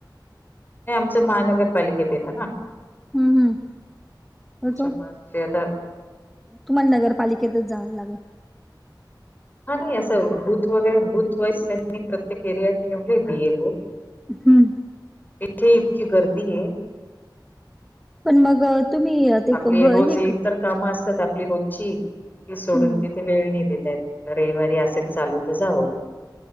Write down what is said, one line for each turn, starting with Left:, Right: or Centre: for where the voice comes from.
Left: नाही... आमचं महानगरपालिकेत येतं ना
Centre: हम्म हम्म
Left: त्याच्यामुळे
Centre: तो
Left: मग ते आता
Centre: तुम्हाला नगरपालिकेतच जायला लागल
Left: हा, नाही... असं बूथ वगैरे, बूथ वाईज त्यांनी प्रत्येक एरिया ठेवलेय बी एल ओ
Centre: हुं
Left: येथे इतकी गर्दी ए
Centre: पण मग तुम्ही? ते
Left: आपली
Centre: ब
Left: रोज...
Centre: हे
Left: इतर कामं असतात... आपली रोजची, ती सोडून,
Centre: हम्म
Left: तिथे वेळ नाई देता येत रविवारी असेल चालू त जावं.